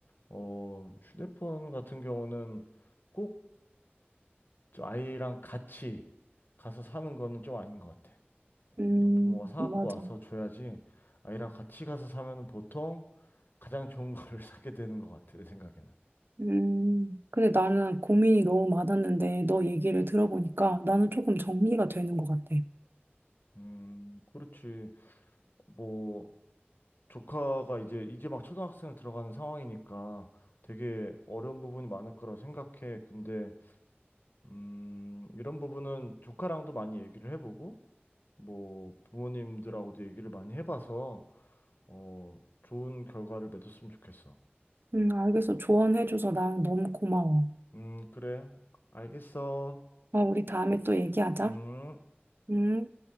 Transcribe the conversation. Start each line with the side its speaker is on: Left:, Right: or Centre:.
Left: 어, 휴대폰 같은 경우는 꼭 아이랑 같이 가서 사는 거는 좀 아닌 것 같아.
Right: 음,
Left: 부모가 사갖고
Right: 맞아.
Left: 와서 줘야지 아이랑 같이 가서 사면은 보통 가장 좋은 거를 <laughs> 사게 되는 것 같아, 내 생각에는.
Right: 음, 근데 나는 고민이 너무 많았는데 너 얘기를 들어보니까 나는 조금 정리가 되는 것 같아.
Left: 음, 그렇지. 뭐, 조카가 이제, 이제 막 초등학생을 들어가는 상황이니까 되게 어려운 부분이 많을 거라 생각해. 근데 음, 이런 부분은 조카랑도 많이 얘기를 해보고, 뭐, 부모님들하고도 얘기를 많이 해봐서, 어, 좋은 결과를 맺었으면 좋겠어.
Right: 음, 알겠어. 조언해줘서 난 너무 고마워.
Left: 음, 그래. 알겠어.
Right: 어, 우리 다음에 또 얘기하자.
Left: 음.
Right: 음.